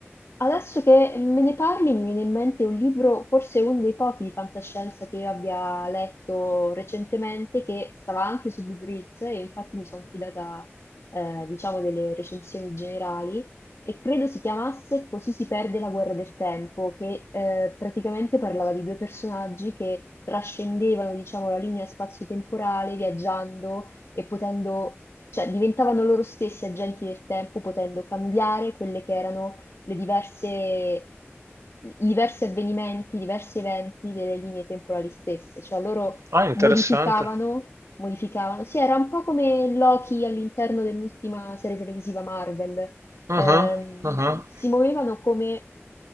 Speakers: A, on the left; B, on the right.
A: Adesso che me ne parli mi viene in mente un libro, forse uno dei pochi di fantascienza che io abbia letto recentemente, che stava anche su Goodreads e infatti mi sono fidata, eh, diciamo, delle recensioni generali e credo si chiamasse Così si perde la guerra del tempo, che eh, praticamente parlava di due personaggi che trascendevano, diciamo, la linea spazio-temporale viaggiando e potendo, cioè diventavano loro stessi agenti del tempo, potendo cambiare quelle che erano le diverse, i diversi avvenimenti, i diversi eventi delle linee temporali stesse, cioè loro
B: Ah, interessante.
A: modificavano, modificavano, sì, era un po' come Loki all'interno dell'ultima serie televisiva Marvel,
B: Ah,
A: Ehm,
B: ah, ah, ah,
A: si muovevano come